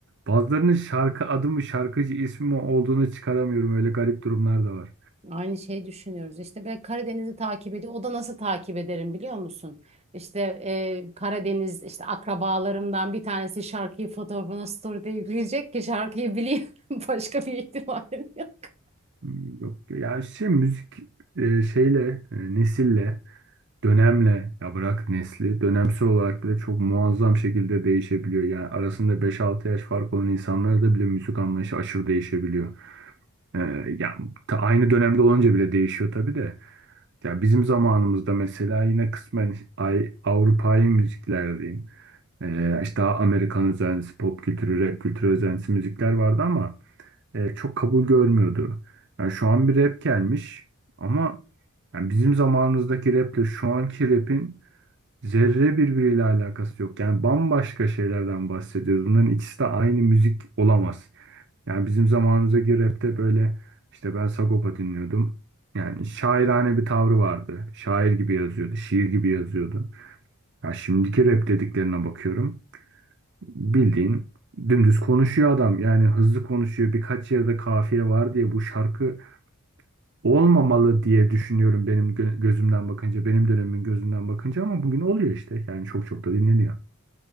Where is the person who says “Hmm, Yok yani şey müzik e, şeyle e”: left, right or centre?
Right